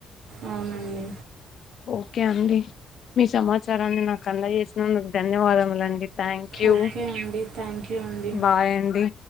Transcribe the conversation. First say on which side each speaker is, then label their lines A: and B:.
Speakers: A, on the right; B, on the left.
A: అవునండి
B: ఓకే అండి మీ సమాచారాన్ని నాకు అందజేసినందుకు ధన్యవాదముల అండి. థ్యాంక్ యూ
A: ఓకే అండి థ్యాంక్ యూ అండి
B: బాయ్ అండి.